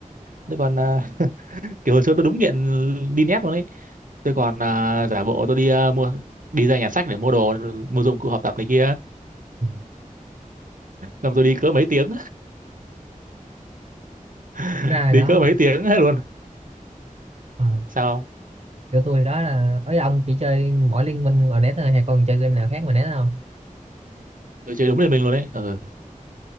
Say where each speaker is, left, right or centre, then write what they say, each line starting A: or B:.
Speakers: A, on the right; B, on the right.
A: tôi còn ờ, <laughs> kiểu hồi xưa tôi đúng nghiện đi nét luôn ấy tôi còn à, giả bộ tôi đi à, mua đi ra nhà sách để mua đồ mua dụng cụ học tập này kia
B: ừ.
A: xong tôi đi cỡ mấy tiếng <laughs>
B: ra rồi
A: đi
B: đó
A: cỡ mấy tiếng hết luôn
B: Ờ,
A: sao không
B: kiểu tôi đó là ấy ông chỉ chơi mỗi liên minh ở net thôi hay còn chơi game nào khác mà net không
A: tôi chơi đúng lên mình luôn đấy Ừ.